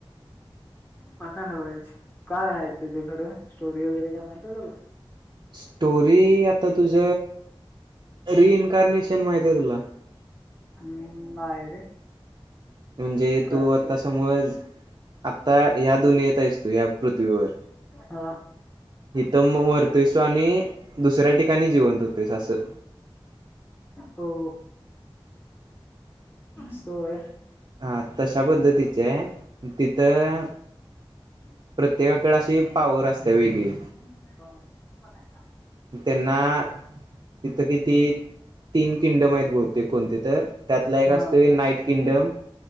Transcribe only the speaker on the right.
स्टोरी आ आता तुझ रिइन्कारनेशन माहित आहे तुला
म्हणजे
तू
आता समज आ ता या दुनियेत तयस तु या पृथ्वीवर
इथं मरतोयस तो आणि दुसऱ्या ठिकाणी जिवंत होतोयस असं.
हा तशी त्या पद्धतीचे तिथं
प्रत्येकाकडे अशी पॉवर असते वेगळी त्यांना तिथं किती तीन किंगडम आहेत बहुतेक कोणते तर त्यातला एक
असते नाईट किंगडम,